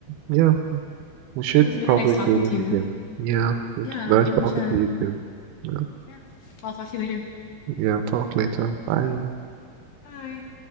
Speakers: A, on the right (about 85°); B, on the left (about 75°).
A: yeah, we should
B: It was really
A: probably
B: nice talking
A: do this
B: to you.
A: again. Yeah, it's
B: Yeah,
A: nice
B: we definitely
A: talking
B: should.
A: to you too. Yeah,
B: Yeah. I'll talk to you later.
A: yeah, talk later. Bye.
B: Bye.